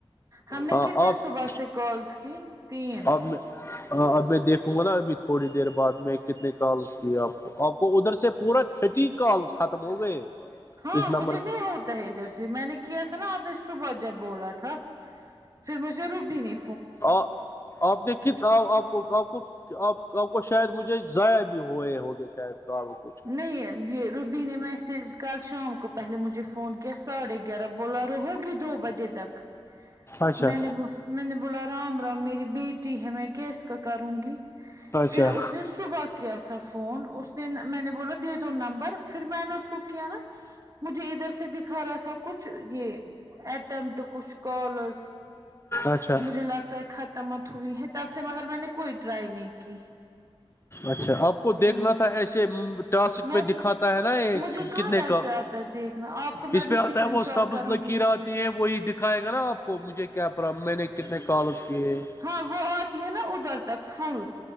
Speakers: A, on the right (about 35°); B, on the left (about 25°).
A: ہم نے
B: ہاں
A: کتنے
B: آپ
A: صبح سے کالس کی تین
B: اب میں ہاں اب میں دیکھوں گا نا ابھی تھوڑی دیر بعد میں کتنے کال کی آپ آپ کو ادھر سے پورا تھٹی کالس ختم ہو گئے
A: ہاں
B: اس نمبر
A: مجھے
B: پہ
A: نہیں ہوتا ادھر سے میں نے کیا تھا نا آپ نے صبح جب بولا تھا پھر مجھے رب نہیں
B: آ آپ دیکھیے آ آپ آپ کو آپ آپ کو شاید مجھے ضائع بھی ہوئے ہو گے شاید کال کچ
A: نہیں یہ روبی نے میں سے کل شام کو پہلے مجھے فون کیا ساڑھے بولا رہو ہوگی دو بجے تک
B: اچھا
A: میں نے بولا میں نے بولا رام رام میری بیٹی ہے میں کیا اس کا کروں گی
B: اچھا
A: پھر اس صبح کیا تھا فون اس نے میں نے بولا دے دو نمبر پھر میں نے اس کو کیا نا مجھے ادھر سے دکھا رہا تھا کچھ یہ اٹیمپٹ کچھ کالز
B: اچھا
A: مجھے لگتا ہے خت مت ہوئی ہے تب سے مگر میں نے کوئی ٹرائی نہیں کی
B: اچھا آپ کو دیکھنا
A: ہمم
B: تھا ایسے ٹاسک
A: میں
B: پہ دکھاتا ہے نا یہ
A: مجھے کہاں
B: کتنے
A: ویسے
B: کا
A: آتا ہے دیکھنا آپ کو میں
B: اس
A: بھی
B: پہ آتا
A: اسکرین
B: ہے وہ
A: شاٹ
B: سب
A: کروں
B: لکیر
A: گی اس
B: آتی
A: سے
B: ہے وہی دکھائے گا نا آپ کو مجھے کیا پرلم میں نے کتنے کالز کی ہے
A: ہاں وہ آتی ہے نا ادھر تک فل